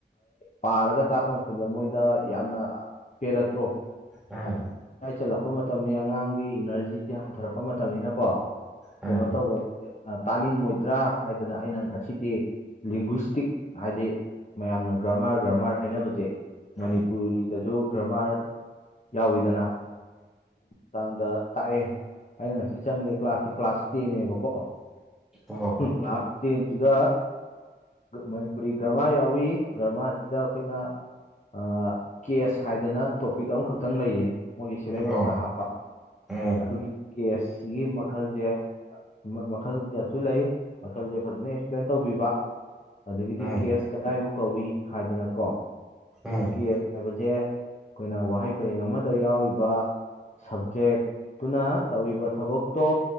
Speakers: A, on the left; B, in the centre.
A: ꯄꯥꯔꯒ ꯇꯥꯛꯄ ꯃꯇꯝꯗ ꯃꯣꯏꯗ ꯌꯥꯝꯅ ꯄꯦꯔꯠꯇꯣ
B: ꯎꯝ
A: ꯥꯃꯌꯥꯏ ꯆꯜꯂꯛꯄ ꯃꯇꯝꯅꯤ ꯑꯉꯥꯡꯒꯤ ꯏꯅꯔꯖꯤꯁꯤ ꯍꯟꯊꯔꯛꯄ ꯃꯇꯝꯅꯤꯅ ꯀꯣ
B: ꯎꯝ
A: ꯀꯩꯅꯣ ꯇꯧꯕ ꯇꯥꯅꯤꯡꯉꯣꯏꯗ꯭ꯔꯥ ꯍꯥꯏꯗꯅ ꯑꯩꯅ ꯉꯁꯤꯗꯤ ꯂꯦꯡꯒꯋꯁꯇꯤꯛ ꯍꯥꯏꯗꯤ ꯃꯌꯥꯝꯅ ꯒ꯭ꯔꯃꯥꯔ ꯒ꯭ꯔꯃꯥꯔ ꯍꯥꯏꯅꯕꯁꯦ
B: ꯎꯝ
A: ꯃꯅꯤꯄꯨꯔꯤꯒꯤꯗꯁꯨ ꯒ꯭ꯔꯃꯥꯔ ꯌꯥꯎꯋꯤꯗꯅ ꯃꯇꯥꯥꯡꯗ ꯇꯥꯛꯑ‌ꯦ ꯑꯩꯅ ꯉꯁꯤ ꯆꯪꯉꯦ ꯀ꯭ꯂꯥꯁꯁꯦ ꯀ꯭ꯂꯥꯁ ꯇꯦꯟꯅ‌ꯦꯕꯀꯣ
B: ꯑꯣ
A: ꯀ꯭ꯂꯥꯁ ꯇꯦꯟꯁꯤꯒ ꯃꯅꯤꯄꯨꯔꯤ ꯒ꯭ꯔꯃꯥ ꯌꯥꯎꯏ ꯒ꯭ꯔꯃꯥꯁꯤꯗ ꯑꯩꯈꯣꯏꯅ ꯑꯥ ꯀꯦꯁ ꯍꯥꯏꯗꯅ ꯇꯣꯄꯤꯛ ꯑꯃꯈꯛꯇꯪ ꯂꯩꯌꯦ ꯃꯣꯏꯒꯤ ꯁꯤꯂꯦꯕꯁꯇ
B: ꯑꯣ
A: ꯍꯥꯞꯄ
B: ꯎꯝ
A: ꯑꯗꯨꯒꯤ ꯀꯦꯁ ꯁꯤꯒꯤ ꯃꯈꯜꯁꯦ ꯃꯈꯜ ꯀꯌꯥꯁꯨ ꯂꯩ ꯃꯈꯜꯁꯦ ꯐꯖꯅ ꯑꯦꯛꯁꯄ꯭ꯂꯦꯟ ꯇꯧꯕꯤꯕ ꯑꯗꯒꯤꯗꯤ
B: ꯎꯝ
A: ꯀꯦꯁ ꯀꯗꯥꯏꯕꯨ ꯀꯧꯏ ꯍꯥꯏꯗꯅꯀꯣ
B: ꯎꯝ
A: ꯀꯦꯁ ꯍꯥꯏꯕꯁꯦ ꯑꯩꯈꯣꯏꯅ ꯋꯥꯍꯩ ꯄꯔꯦꯡ ꯑꯃꯗ ꯌꯥꯎꯔꯤꯕ ꯁꯕꯖꯦꯛꯇꯨꯅ ꯇꯧꯔꯤꯕ ꯊꯕꯛꯇꯣ